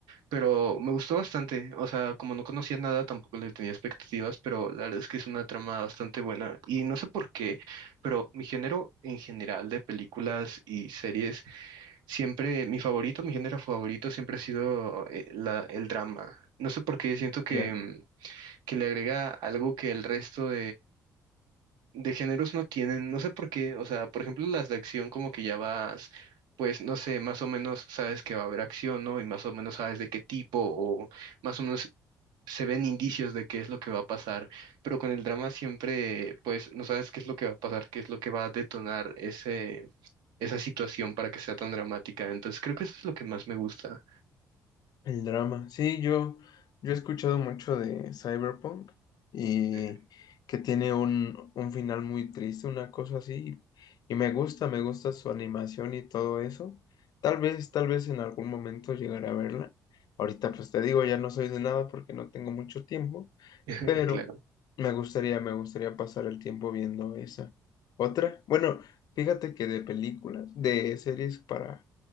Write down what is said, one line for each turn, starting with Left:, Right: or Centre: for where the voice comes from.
Right: Pero me gustó bastante, o sea, como no conocía nada, tampoco le tenía expectativas, pero la verdad es que es una trama bastante buena. Y no sé por qué, pero mi género en general de películas y series, siempre, mi favorito, mi género favorito siempre ha sido eh, la- el drama. No sé por qué, siento que,
Left: ya.
Right: mm, que le agrega algo que el resto de géneros no tienen, no sé por qué, o sea, por ejemplo, las de acción como que ya vas, pues, no sé, más o menos sabes que va a haber acción, ¿no? Y más o menos sabes de qué tipo o más o menos se ven indicios de qué es lo que va a pasar, pero con el drama siempre, pues, no sabes qué es lo que va a pasar, qué es lo que va a detonar ese, esa situación para que sea tan dramática. Entonces, creo que eso es lo que más me gusta.
Left: El drama. Sí, yo, yo he escuchado mucho de Cyberpunk y
Right: Ujú.
Left: que tiene un, un final muy triste, una cosa así. Y me gusta, me gusta su animación y todo eso. Tal vez, tal vez en algún momento llegaré a verla. Ahorita pues te digo, ya no soy de nada porque no tengo mucho tiempo,
Right: <laughs>
Left: pero
Right: Claro.
Left: me gustaría, me gustaría pasar el tiempo viendo esa. Otra, bueno, fíjate que de películas, de series para